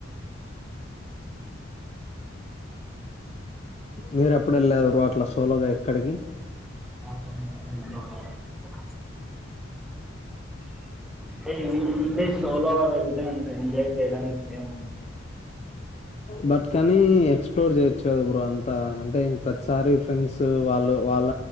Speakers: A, on the left (about 35°); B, in the centre.
A: మీరు ఎప్పుడ వెళ్ళారు అట్లా సోలోగా ఎక్కడికి
B: అ అంటే సోలోగా వెళ్తే అంత ఎంజాయ్ చేయడానికి ఏము
A: బట్కాని క్స్ప్లోర్ చేయొచ్చు కదా బ్రో అంత అంటే ఇం ప్రతిసారి ఫ్రెండ్స్ వాళ్ళు వాళ్ళ